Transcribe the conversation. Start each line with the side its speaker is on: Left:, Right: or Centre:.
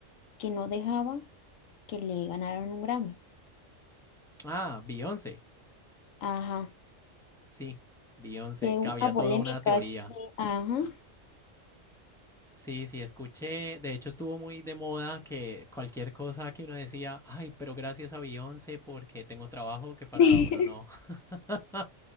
Left: que no dejaba que le ganaron un Grammy.
Centre: Ah, Beyoncé.
Left: Ajá.
Centre: Sí, Beyoncé,
Left: Que
Centre: que
Left: hubo
Centre: había
Left: una polémica,
Centre: toda una teoría.
Left: sí, ajá.
Centre: Sí, sí, escuché. De hecho, estuvo muy de moda que cualquier cosa que uno decía, ay, pero gracias a Beyoncé porque tengo trabajo que para
Left: <laughs>
Centre: uno no. <laughs>